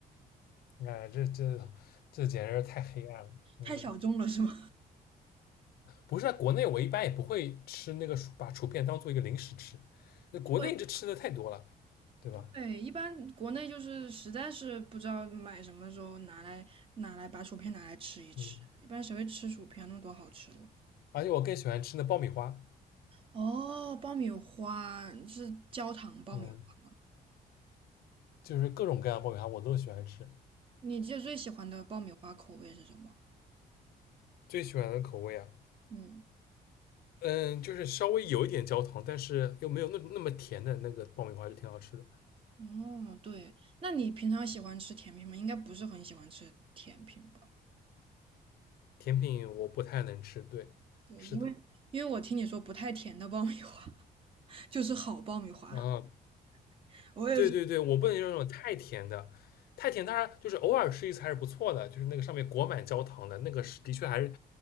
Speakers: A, on the left; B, on the right.
A: 哎，这这这简直是太黑暗了。嗯，
B: 太小众了是吗？
A: 不是啊，在国内我一般也不会吃那个薯，把薯片当做一个零食吃，那国内这吃的太多了，
B: <laughs>
A: 对吧？
B: 对，一般国内就是实在是不知道买什么的时候拿来拿来把薯片拿来吃一吃，
A: 嗯，
B: 一般谁会吃薯片？那么多好吃的。
A: 而且我更喜欢吃那爆米花。
B: 哦，爆米花是焦糖爆米花，
A: 嗯，就是各种各样的爆米花我都喜欢吃。
B: 你记得最喜欢的爆米花口味是什么？
A: 最喜欢的口味啊，
B: 嗯，
A: 嗯，就是稍微有一点焦糖，但是又没有那那么甜的那个爆米花就挺好吃的。
B: 哦，对，那你平常喜欢吃甜品吗？应该不是很喜欢吃甜品吧？
A: 甜品我不太能吃，对，
B: 对，
A: 是的，
B: 因为因为我听你说不太甜的爆米花 <laughs> 就是好爆米花，
A: 啊，
B: <laughs> 我也是。
A: 对对对，我不能用那种太甜的，太甜当然就是偶尔吃一次还是不错的，就是那个上面裹满焦糖的那个是的确还是